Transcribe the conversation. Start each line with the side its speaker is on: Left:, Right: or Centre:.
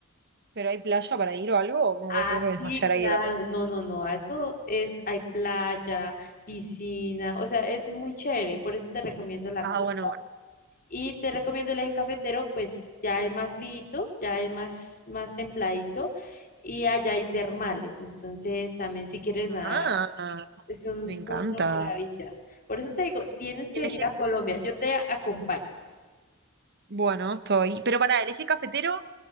Right: ¿pero hay playa para ir o algo? ¿O
Left: Ah,
Right: me tengo
Left: sí,
Right: que desmayar
Left: claro.
Right: ahí de calor?
Left: No, no, no. a Eso es, hay playa, piscina, o sea, es muy chévere. Por eso te recomiendo la
Right: Ah,
Left: costa.
Right: bueno, bueno.
Left: Y te recomiendo el eje cafetero, pues ya es más frito, ya es más, más templadito. Y allá hay termales. Entonces, también si quieres nadar,
Right: ah,
Left: es es un-
Right: me encanta.
Left: son una maravilla. Por eso te digo, tienes que
Right: El eje,
Left: ir a Colombia. Yo te acompaño.
Right: bueno, estoy. Pero pará, el eje cafetero